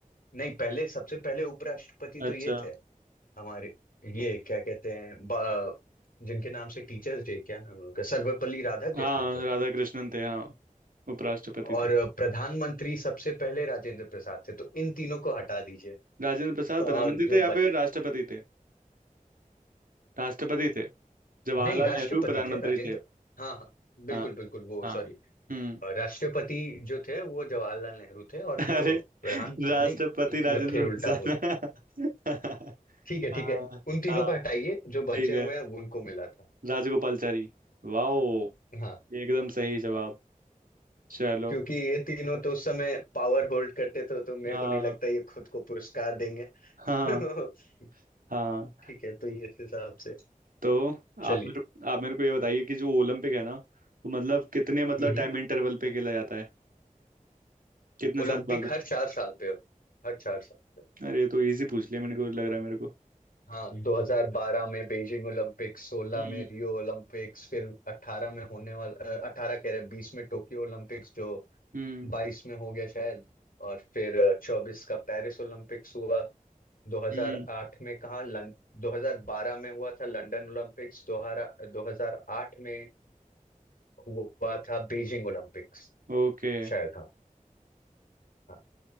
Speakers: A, on the left; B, on the right.
A: नहीं पहले सबसे पहले उपराष्ट्रपति
B: अच्छा
A: तो ये थे हमारे ये क्या कहते हैं ब- जिनके नाम से टीचर्स डे क्या नाम है उनका सर्वपल्ली राधाकृष्णन
B: हाँ
A: थे
B: राधा कृष्णन थे हाँ उपराष्ट्रपति
A: और
B: थे
A: प्रधानमंत्री सबसे पहले राजेंद्र प्रसाद थे तो इन तीनों को हटा दीजिए
B: राजेंद्र प्रसाद
A: और
B: प्रधानमंत्री
A: जो
B: थे या
A: बच
B: फिर राष्ट्रपति थे राष्ट्रपति थे जवाहरलाल
A: नहीं राष्ट्रपति
B: नेहरू प्रधानमंत्री
A: थे राजेंद्र
B: थे
A: हाँ हाँ बिल्कुल
B: हाँ
A: बिल्कुल वो
B: हाँ
A: सॉरी
B: हम्म
A: राष्ट्रपति जो थे वो जवाहरलाल नेहरू थे और
B: <laughs> अरे
A: प्रधान
B: राष्ट्रपति
A: नहीं
B: राजेंद्र
A: मैं फिर उल्टा
B: प्रसाद
A: बोल रहा हूँ।
B: <laughs>
A: ठीक है
B: हाँ
A: ठीक है उन तीनों
B: हाँ
A: को हटाइए जो बचे
B: ठीक
A: हुए
B: है
A: हैं वो उनको मिला था
B: राजगोपालचारी वाओ
A: हाँ
B: एकदम सही जवाब चलो
A: क्योंकि ये तीनों तो उस समय पावर होल्ड करते थे तो मेरे
B: हाँ
A: को नहीं लगता ये खुद को पुरस्कार देंगे <laughs>
B: हाँ हाँ
A: ठीक है तो ये इस हिसाब से
B: तो
A: चलिए
B: आप मेरे आप मेरे को ये बताइए कि जो ओलंपिक है ना वो मतलब कितने मतलब
A: हम्म,
B: टाइम
A: हम्म।
B: इंटरवल पे खेला जाता है कितने
A: ओलंपिक
B: साल बाद
A: हर चार साल पे होते हैं, हर चार साल पे
B: अरे ये तो इजी पूछ लिया मैंने को लग रहा है मेरे को
A: हाँ 2012 में बीजिंग ओलंपिक 16
B: हम्म
A: में रियो ओलंपिक्स फिर 18 में होने वाला 18 कह रहे 20 में टोक्यो ओलंपिक्स जो
B: हम्म
A: 22 में हो गया शायद और फिर 24 का पेरिस ओलंपिक्स हुआ 2008
B: हम्म
A: में कहाँ लं 2012 में हुआ था लंदन ओलंपिक्स 2008 में हुआ था बीजिंग ओलंपिक्स
B: ओके
A: शायद हाँ हाँ